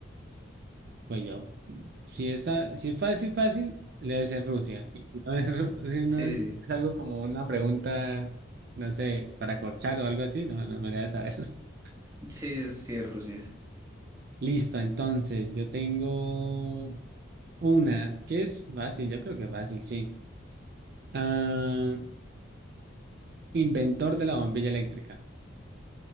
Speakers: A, on the right; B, on the right.
A: Pues yo, si está, si es fácil, fácil, debe ser Rusia. Y si no es, Ru- <laughs> si
B: Sí,
A: no es
B: sí,
A: algo como una pregunta, no sé, para corchar o algo así, no, no me voy a saber. <laughs>
B: sí, es- sí, es Rusia.
A: Listo, entonces, yo tengo una que es fácil, yo creo que fácil, sí. Ah, inventor de la bombilla eléctrica.